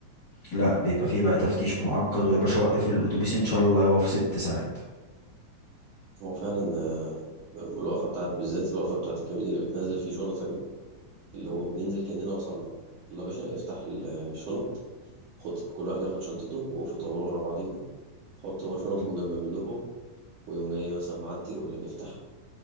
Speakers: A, on the left; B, on the right.
A: لا بيبقى فيه بقى تفتيش معقد ويا باشا وقف الاتوبيس ان شاء الله يقف ست ساعات
B: هو فعلا آه، الوقفة بتاعت بالذات الوقفة بتاعت الكمين اللي بتنزل فيه شنطك ده اللي هو بننزل كأننا وصلنا يلا يا باشا افتح الشنط خد كل واحد ياخد شنطته وقفوا طابور على بعضيكم حطوا بقى شنطكم
A: مم.
B: جنب منكم ويقوم جاي مثلا معدي يقول لك افتح